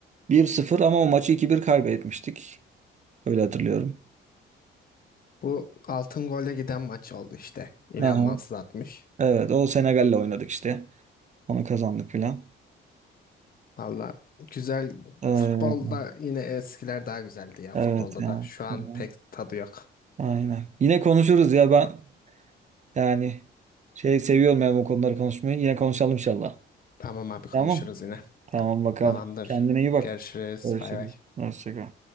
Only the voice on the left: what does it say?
Bu altın golle giden maç oldu işte. İlhan
Mansız atmış.
Valla güzel
futbolda yine eskiler daha güzeldi ya
futbolda
da. Şu an
pek tadı yok.
Tamam abi konuşuruz
yine.
Tamamdır.
Görüşürüz.
Bay bay.